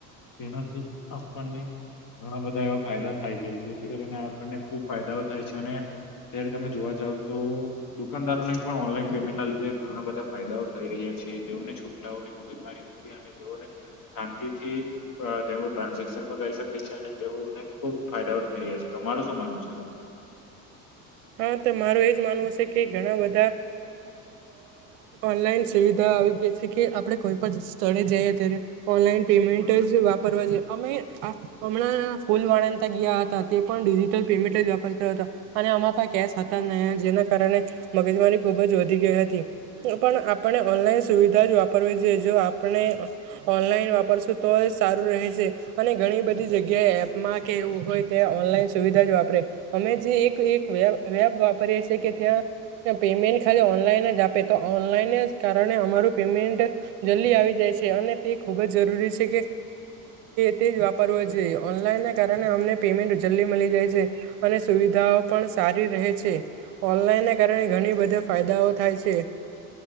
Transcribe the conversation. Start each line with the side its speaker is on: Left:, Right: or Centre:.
Left: તેનાથી આપણને ઘણા બધા એવા ફાયદા થાય છે જેથી કરીને આપણને ખુબ ફાયદાઓ થાય છે અને ત્યારે તમે જોવા જાવ તો દુકાનદારોને પણ ઓનલાઈન પેમેન્ટ ના લીધે ઘણા બધા ફાયદાઓ થઈ રહ્યા છે. તેઓને છુટાઓને મગજ મારી તે <inaudible> શાંતિથી તેમ ટ્રાન્ઝેક્શન કરી અને તેવને ખુબ ફાયદાઓ થઈ રહ્યા છે તમારૂ શું માનવું છે?
Right: હા તો માર એજ માનવું છે કે, ઘણા બધા ઓનલાઈન સુવિધા બ આવી ગયા છે કે આપડણે કોઈ પણ સ્થળે જઈએ ત્યારે ઓનલાઈન પેમેન્ટ વાપરવા જે અમે હમણાં ફૂલ વાણાતા ગયા હતા તે પણ ડિજિટલ પેમેન્ટ જ વાપરતા હતા અને આમાં પણ કેશ હતા નહ જેના કારણે મગજમારી ખુબ જ વધી ગઈ હતી પણ આપણે ઓનલાઈન સુવિધા જ વાપરવી જોઈએએ આપણે ઓનલાઈન વાપરશું તો સારું રહે છે અને ઘણી બધી જગ્યાએ એપમાં કે એવું હોય તે ઓનલાઈન સુવિધા જ વાપરે અમે જે એક વ વેબ વાપરીએએ કે ત્યાં પેમેન્ટ ખાલી ઓનલાઈન જ આપે તો ઓનલાઈન જ કારણે અમારું પેમેન્ટ જલ્દી આવી જાય છે અને તે ખૂબ જ જરૂરી છે કે વાપરવો જોએ ઓનલાઈન કારણે અમને પેમેન્ટ જલ્દી મળી જાય છે અને સુવિધાઓ પણ સારી રહે છે. ઓનલાઈનને કારણે ઘણી બધા ફાયદાઓ થાય છે.